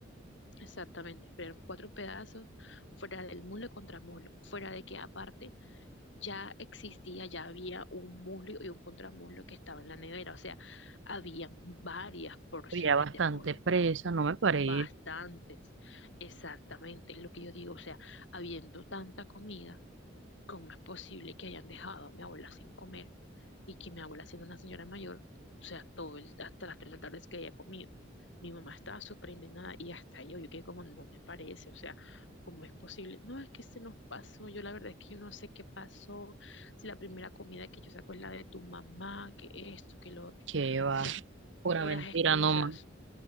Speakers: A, on the left; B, on the right.
A: Exactamente, pero eran cuatro pedazos fuera del muslo y contramuslo, fuera de que aparte ya existía, ya había un muslo y un contramuslo que estaba en la nevera, o sea, había varias porciones
B: Estoy Ya bastante
A: de pollo,
B: presa, no me parece.
A: bastantes, exactamente, es lo que yo digo, o sea, habiendo tanta comida ¿Cómo es posible que hayan dejado a mi abuela sin comer y que mi abuela siendo una señora mayor, o sea, todo el, hasta las tres de la tarde es que haya comido? Mi mamá estaba súper indignada y hasta yo, yo quedé como, no me parece, o sea, ¿cómo es posible? No, es que se nos pasó, yo la verdad es que yo no sé qué pasó, si la primera comida que yo saco es la de tu mamá, que esto, que lo otro,
B: Que va,
A: o sea,
B: pura
A: puras
B: mentira
A: excusas.
B: nomás.